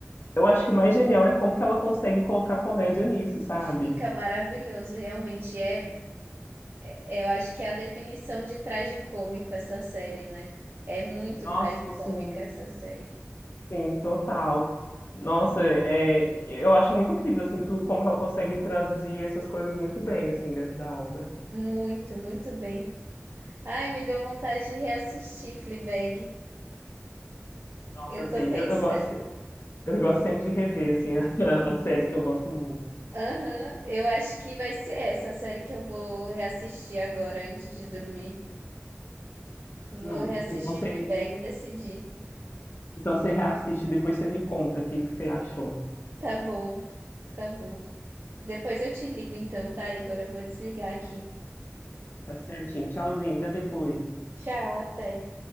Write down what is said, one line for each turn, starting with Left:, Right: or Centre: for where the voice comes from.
Left: eu acho que o mais genial é como que ela consegue colocar comédia nisso, sabe?
Right: Fica maravilhoso, realmente. É, é- eu acho que é a definição de tragicômico essa série, né? É muito
Left: Nossa,
Right: tragicômica
Left: sim,
Right: essa série.
Left: sim, total. Nossa, é, eu acho muito incrível, assim, tu, como que ela consegue traduzir essas coisas muito bem, assim, dentro da obra.
Right: Muito, muito bem. Ai, me deu vontade de reassistir Fleabag.
Left: Nossa,
Right: Eu
Left: assim,
Right: tô pensando.
Left: eu, eu gosto, eu gosto sempre de rever, assim, <laughs> as séries que eu gosto muito.
Right: Aham, eu acho que vai ser essa a série que eu vou reassistir agora antes de dormir. Vou
Left: Não,
Right: reassistir
Left: então você,
Right: Fleabag e decidir.
Left: então você reassiste e depois você me conta o que que você achou.
Right: Tá bom, tá bom. Depois eu te ligo então, tá, Igor? Eu vou desligar aqui.
Left: Tá certinho. Tchauzinho, até depois.
Right: Tchau, até.